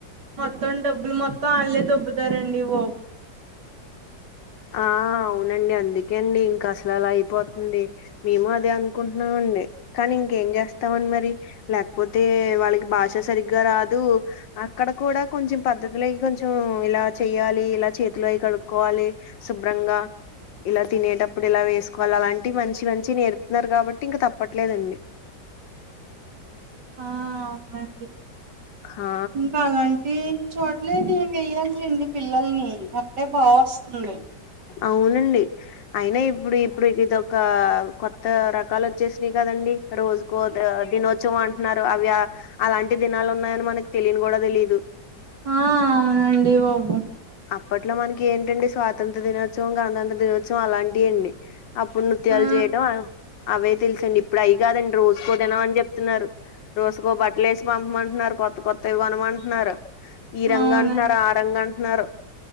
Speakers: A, on the right; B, on the left.
A: మొత్తం డబ్బులు మొత్తం వాళ్లే దబ్బుతారండి బాబు
B: ఆ అవునండి అందుకే అండి ఇంకా అసలు అలా అయిపోతుంది మేము అదే అనుకుంటున్నామండి కానీ ఇంకేం చేస్తామని మరి లేకపోతే వాళ్ళకి భాష సరిగ్గా రాదు అక్కడ కూడా కొంచెం పద్ధతులయి కొంచెం ఇలా చెయాలి ఇలా చేతులు అయి కడుక్కోవాలి శుభ్రంగా ఇలా తినేటప్పుడు ఇలా వేసుకోవాలి అలాంటివి మంచి మంచి నేర్పుతున్నారు కాబట్టి ఇంక తప్పట్లేదండి
A: ఆ అవునండి
B: ఆ
A: ఇంకా అలాంటి చోట్లే ది వెయ్యాలిండి పిల్లల్ని అప్పుడే బాగా వస్తుంది
B: అవునండి అయినా ఇప్పుడు ఇప్పుడి ద ఒక కొత్త రకాలు వచ్చేసినాయి కదండి రోజుకో దినో చవం అంటున్నారు అవి అలాంటి దినాలు ఉన్నాయని మనకు తెలిను కూడా తెలీదు
A: ఆ అవునండి బాబు
B: అప్పట్లో మనకి ఏంటండి స్వాతంత్ర్య దినోత్సవం గణతంత్ర దినోత్సవం అలాంటివి అండి అప్పుడు నృత్యాలు
A: ఆ
B: చేయడం అవే తెలుసండి ఇప్పుడు అయి కాదండి రోజుకో దినం అని చెప్తున్నారు రోజుకో బట్టలు వేసి పంపమంటున్నారు కొత్త కొత్తయి కొనమంటున్నారు ఈ రంగు
A: అవునం
B: అంటున్నారు ఆ రంగు అంటున్నారు